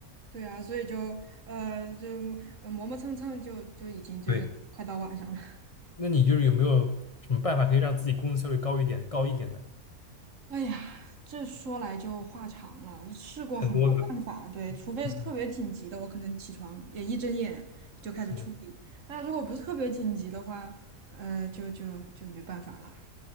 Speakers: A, on the right; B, on the left.
A: 对啊，所以就呃就呃磨磨蹭蹭就就已经就是快到晚上了。
B: 对，
A: <laughs>
B: 那你就是有没有什么办法可以让自己工作效率高一点、高一点的？
A: 哎呀，这说来就话长了，试过很多办法，
B: 很多个，
A: 对，除非是特别紧急的，
B: 嗯
A: 我可能起床也一睁眼就开始处理。
B: 嗯
A: 那如果不是特别紧急的话，呃，就就就没办法了。